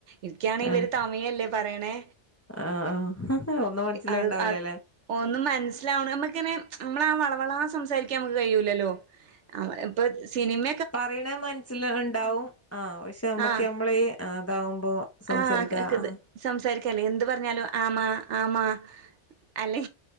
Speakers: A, on the right; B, on the left.
A: ഇൻക്കാണങ്കി
B: ഏഹ്
A: ഇവര് താ മയല്ലേ പറയണേ
B: ആഹ് ആഹ് ഒന്നും മൻസ്സിലാവ്ണ്ടാവില
A: അത് അത്
B: ലെ
A: ഒന്നും മൻസ്സിലാവ്ണ് നമ്മക്ക്‌ങ്ങനെ മ്മളാ ആ വള വളാ സംസാരിക്കാൻ മ്മക്ക് കഴിഴൂലല്ലോ ഇപ്പ സിനിമ
B: പറിണെ മൻസ്സില് ഇണ്ടാവും ആ പക്ഷെ നമ്മക്ക്
A: ആഹ്
B: നമ്മള ഈ അതാവുമ്പോ സംസാരിക്കാ
A: ആഹ് ക
B: ആ
A: ത് സംസാരിക്കല്ലേ എന്ത് പർഞ്ഞാലും ആമ ആമാ അല്ലെ